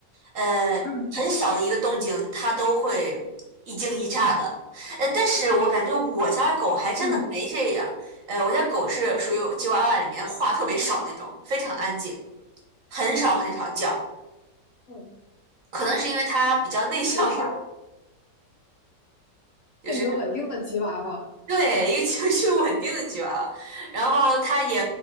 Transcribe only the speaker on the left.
嗯
嗯
嗯，
属于是
性格稳定的吉娃娃。